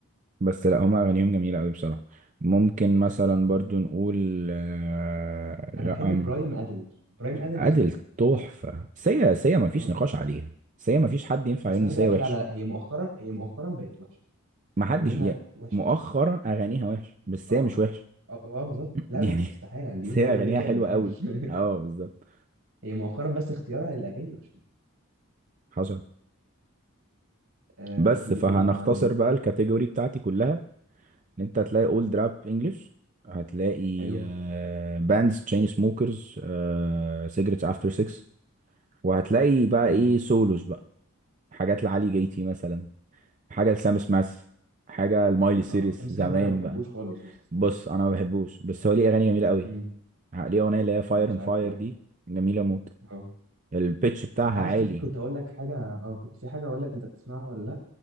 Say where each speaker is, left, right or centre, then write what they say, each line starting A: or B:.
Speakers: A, on the right; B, on the right.
A: بس لا هما اغانيهم جميله قوي بصراحه ممكن مثلا برضو نقول آه لا
B: انا بحب
A: أم...
B: برايم ادل برايم ادل
A: ادل
B: وسيا
A: تحفه سيا سيا ما فيش
B: اه
A: نقاش عليها سيا ما فيش حد ينفع
B: بس
A: يقول
B: خلي
A: ان سيا
B: بالك
A: وحش
B: لا لا لا هي مؤخرا هي مؤخرا بقت وحشه
A: ما
B: اغانيها
A: حدش يعني
B: وحشه
A: مؤخرا
B: قوي
A: اغانيها وحش بس سيا
B: اه
A: مش وحش
B: اه آه، بالظبط لا
A: يعني
B: لا، استحاله
A: <laughs>
B: اللي
A: بس
B: يقول
A: هي
B: كده
A: اغانيها
B: غير كده
A: حلوه
B: ما يفهمش
A: قوي اه بالظبط
B: <laughs> هي مؤخرا بس اختيارها للاغاني مش حلو.
A: حصل
B: آه
A: بس
B: في ايه
A: فهنختصر
B: تاني يا معلم
A: بقى الكاتيجوري بتاعتي كلها ان انت هتلاقي اولد راب انجلش هتلاقي
B: حلو
A: باندز تشين سموكرز سيجرتس افتر 6 وهتلاقي بقى
B: جميل
A: ايه سولوز بقى حاجات لعلي جيتي مثلا حاجه لسام سماث حاجه لمايلي سيريس
B: اه سام سميث
A: زمان
B: ده انا ما بحبوش
A: بقى
B: خالص بس
A: بص انا ما بحبوش بس هو ليه اغاني جميله قوي
B: امم
A: ليه اغنيه اللي هي فاير
B: مش
A: اند
B: عارف
A: فاير
B: يعني
A: دي جميله موت
B: اه
A: البيتش بتاعها
B: انت عارف
A: عالي
B: في كنت اقول لك حاجه اه كنت في حاجه اقول لك انت بتسمعها ولا لا